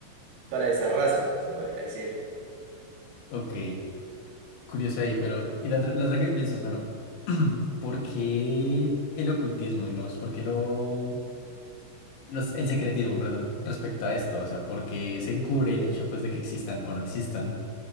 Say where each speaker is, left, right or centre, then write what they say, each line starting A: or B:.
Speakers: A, on the right; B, on the left.
A: para esa raza, se podría decir.
B: Ok, curioso ahí, pero y la otra, la otra que pienso es, bueno, <clears throat> ¿por qué el ocultismo, digamos? ¿Por qué lo, los, el secretismo, perdón, respecto a esto? O sea, ¿por qué se encubre el hecho pues de que existan o no existan?